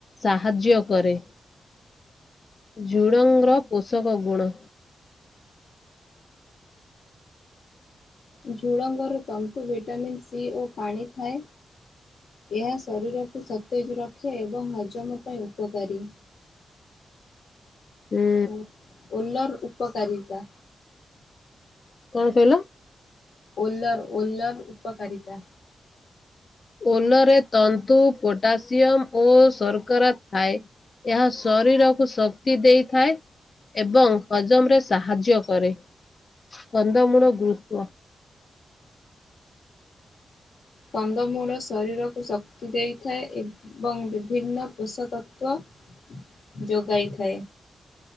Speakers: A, on the left (about 45°); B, on the left (about 70°).
A: ସାହାଯ୍ୟ କରେ। ଝୁଡ଼ଙ୍ଗର ପୋଷକ ଗୁଣ।
B: ଝୁଡ଼ଙ୍ଗରେ ତନ୍ତୁ, ଭିଟାମିନ୍ ସି ଓ ପାଣି ଥାଏ। ଏହା ଶରୀରକୁ ସତେଜ ରଖେ ଏବଂ ହଜମ ପାଇଁ ଉପକାରୀ।
A: ଉଁ,
B: ଓ ଓଲର ଉପକାରିତା।
A: କଣ କହିଲ?
B: ଓଲର୍ ଓଲର ଉପକାରିତା।
A: ଓଲରେ ତନ୍ତୁ, ପୋଟାସିୟମ ଓ ଶର୍କରା ଥାଏ। ଏହା ଶରୀରକୁ ଶକ୍ତି ଦେଇଥାଏ ଏବଂ ହଜମରେ ସାହାଯ୍ୟ କରେ। କନ୍ଦମୂଳ ଗୁରୁତ୍ୱ।
B: କନ୍ଦମୂଳ ଶରୀରକୁ ଶକ୍ତି ଦେଇଥାଏ ଏବଂ ବିଭିନ୍ନ ପୋଷ ତତ୍ତ୍ୱ ଯୋଗାଇ ଥାଏ।